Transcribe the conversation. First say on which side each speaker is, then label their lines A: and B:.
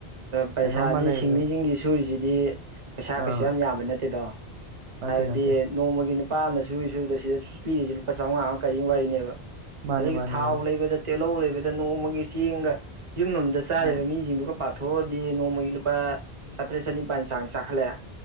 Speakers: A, on the right; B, on the right.
A: ꯄꯩꯁꯥꯗꯤ
B: ꯀꯩꯅꯣꯝꯃ ꯂꯩꯕꯗ
A: ꯁꯤꯡꯃꯤꯁꯤꯡꯒꯤ ꯁꯨꯔꯤꯁꯤꯗꯤ ꯄꯩꯁꯥ ꯀꯩꯁꯨ
B: ꯑꯥ
A: ꯌꯥꯝ ꯌꯥꯝꯕ ꯅꯠꯇꯦꯗꯣ
B: ꯅꯠꯇꯦ
A: ꯍꯥꯏꯕꯗꯤ
B: ꯅꯠꯇꯦ
A: ꯅꯣꯡꯃꯒꯤ ꯅꯨꯄꯥ ꯑꯃꯅ ꯁꯨꯔꯤ ꯁꯨꯗ ꯁꯤꯗ ꯄꯤꯔꯤꯁꯤ ꯂꯨꯄꯥ ꯆꯥꯝꯃꯉꯥ ꯑꯃ ꯀꯔꯤ ꯑꯃ ꯋꯥꯔꯤꯅꯦꯕ
B: ꯃꯥꯅꯦ
A: ꯑꯗꯒꯤ
B: ꯃꯥꯅꯦ
A: ꯊꯥꯎ
B: ꯃꯥꯅꯦ
A: ꯂꯩꯕꯗ ꯇꯦꯜꯍꯧ ꯂꯩꯕꯗ ꯅꯣꯡꯃꯒꯤ ꯆꯦꯡꯒ ꯌꯨꯝ ꯑꯃꯗ ꯆꯥꯔꯤꯕ
B: ꯎꯝ
A: ꯃꯤꯁꯤꯡꯗꯨꯒ ꯄꯥꯊꯣꯛꯎꯔꯗꯤ ꯅꯣꯡꯃꯒꯤ ꯂꯨꯄꯥ ꯆꯥꯇ꯭ꯔꯦꯠ ꯆꯅꯤꯄꯥꯥꯟ ꯆꯥꯡ ꯆꯥꯈꯠꯂꯛꯑꯦ